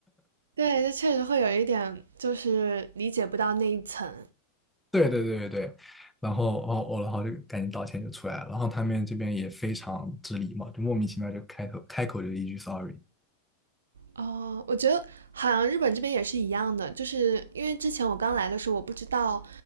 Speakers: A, on the right; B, in the centre.
A: 对，这确实会有一点，就是理解不到那一层。
B: 对对对对对，然后哦哦，然后就赶紧道歉就出来了，然后他们这边也非常之礼貌，就莫名其妙就开头开口就一句 sorry，
A: 哦，我觉得好像日本这边也是一样的，就是因为之前我刚来的时候，我不知道